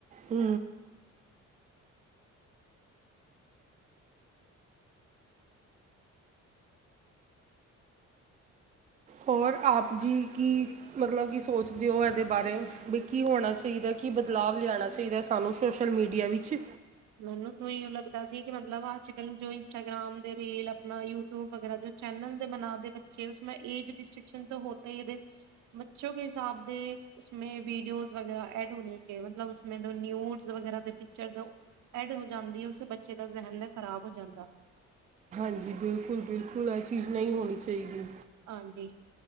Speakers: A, on the right; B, on the right.
A: ਹੂ। ਹੋਰ ਆਪ ਜੀ ਕੀ ਮਤਲਬ ਕੀ ਸੋਚਦੇ ਹੋ ਇਹਦੇ ਬਾਰੇ ਵੀ ਕੀ ਹੋਣਾ ਚਾਹੀਦਾ? ਕੀ ਬਦਲਾਵ ਲਿਆਉਣਾ ਚਾਹੀਦਾ ਸਾਨੂੰ ਸੋਸ਼ਲ ਮੀਡੀਆ ਵਿੱਚ?
B: ਮੈਨੂੰ ਤ ਇ ਲੱਗਦਾ ਸੀ ਕਿ ਮਤਲਬ ਅੱਜ ਕੱਲ ਜੋ ਇੰਸਟਾਗ੍ਰਾਮ ਦੇ ਰੀਲ ਆਪਣਾ ਯੂਟਿਊਬ ਵਗੈਰਾ ਜੋ ਚੈਨਲ ਦੇ ਬਨਾ ਦੇ ਬੱਚੇ ਉਸਮੇ ਏਜ ਡਿਸਟਸ਼ਨ ਤਾਂ ਹੋਤਾ ਹੀ ਇਹਦੇ ਬੱਚੋ ਹਿਸਾਬ ਦੇ ਉਸੇ ਵੀਡੀਓ ਵਗੈਰਾ ਐਡ ਹੋਣੇ ਚਾਹੀੲ ਮਤਲਬ ਉਸੇ ਨਿਊਜ਼ ਵਗੈਰਾ ਦੇ ਪਿਕਚਰ ਵੀਡੀਓ ਐਡ ਹੋ ਜਾਂਦੀ ਹੈ ਉਸ ਬੱਚੇ ਦਾ ਜ਼ਹਨ ਖ਼ਰਾਬ ਹੋ ਜਾਂਦਾ।
A: ਹਾਂਜੀ ਬਿਲਕੁਲ ਬਿਲਕੁਲ ਇਹ ਚੀਜ਼ ਨਹੀਂ ਹੋਣੀ ਚਾਹੀਦੀ।
B: ਹਾਂਜੀ